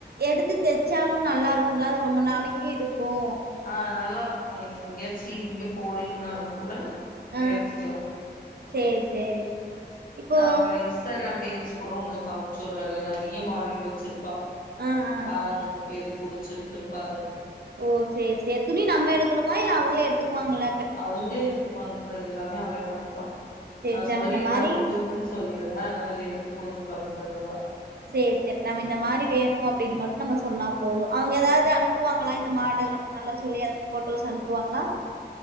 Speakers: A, on the right; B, on the left.
A: எடுத்து தெச்சாலு நல்லாருக்கும்ல அது ரொம்ப நாளைக்கு இருக்கும்
B: ஆ நல்லாருக்கும் நீங்க எங்கேயாச்சும் இங்க போறீங்கனாலும் கூட
A: ஆ
B: எடுத்துக்கலாம்
A: சேரி சேரி இப்போ
B: நா அவளோட இன்ஸ்டாகிராம் பேஜ் கூட உங்களுக்கு அனுப்ச்சுடுறே அதுல நெறைய மாடல் வச்சிருப்பா
A: ஆ ஆ
B: பாருங்க எது புடிச்சிருக்குன் பாருங்க
A: ஓ சேரி சேரி துணி நம்ம எடுக்கணுமா இல்ல அவுங்களே எடுத்துக்குவாங்களா
B: அவுங்களே எடுத்துப்பாங்க தோழி எல்லாமே அவளே பாத்துப்பா
A: சேரி
B: நா
A: சேரி
B: சொல்லிடுறே
A: நம்ம இந்த மாரி
B: உங்களுக் குனு சொல்லிடுறே அதனால ரேட்டு கொஞ்சோ கம்மி பண்ணுவா
A: சேரி சேரி நம்ம இந்த மாரி வேணும் அப்டின்னு மட்டும் நம்ம சொன்னா போதும் அவுங்க எதாவது அனுப்புவாங்களா இந்த மாடல் அந்த மாரிலா சொல்லி எதும் ஃபோட்டோஸ் அனுப்புவாங்களா